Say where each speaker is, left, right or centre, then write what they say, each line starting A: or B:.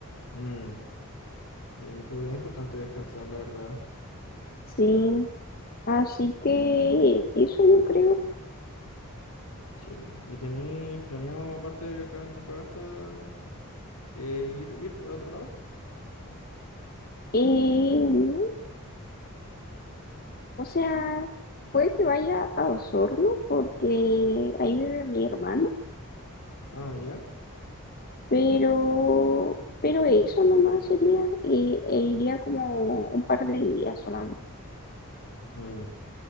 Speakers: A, on the left (about 80°); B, on the left (about 40°).
A: mm. Me pues, es importante descansar, la verdad.
B: Sí, así que eso yo creo.
A: Sí. ¿Y tenéis planeado, aparte de viajar a Antofagasta, eh, ir, ir a otro lado?
B: Eh, no, o sea, puede que vaya a Osorno porque ahí vive mi hermana,
A: Ah, ya.
B: pero, pero eso nomás sería y, e iría como un par de días solamente.
A: Mm.